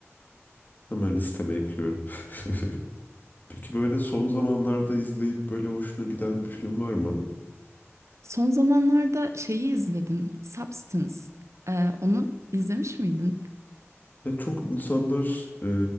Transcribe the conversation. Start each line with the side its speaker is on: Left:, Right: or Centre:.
Left: Hemen listeme ekliyorum. <laughs> Peki böyle son zamanlarda izleyip böyle hoşuna giden bir film var mı?
Right: Son zamanlarda şeyi izledim. Substance. Ee, onu izlemiş miydin?
Left: Ve çok insanlar e,